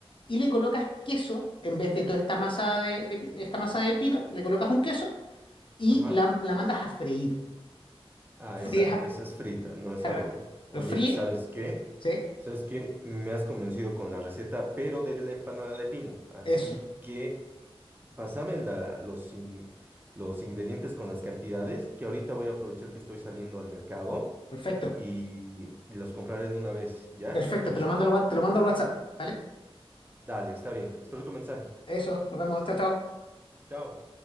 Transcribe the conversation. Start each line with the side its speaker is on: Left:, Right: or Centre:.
Left: y le colocas queso, en vez de toda esta masa de, de esta masa de pino, le colocas un queso y
Right: Ajá.
Left: la, la mandas a freír.
Right: Ah,
Left: Fríes,
Right: esa,
Left: a-
Right: esa es frita, no es
Left: claro,
Right: al horno. Oye,
Left: lo fríe,
Right: ¿sabes qué?
Left: ¿sí?
Right: ¿Sabes qué? Me has convencido con la receta, pero de la empanada de pino. Así
Left: Eso,
Right: que Pásame la- los, in- los ingredientes con las cantidades, que ahorita voy a aprovechar que estoy saliendo al mercado
Left: perfecto,
Right: y, y los compraré de una vez, ¿ya?
Left: perfecto,
Right: ¿Te parece?
Left: te lo mando al, wa- te lo mando al WhatsApp, ¿vale?
Right: Dale, está bien. Espero tu mensaje.
Left: Eso, nos vemos, chao, chao.
Right: Chao.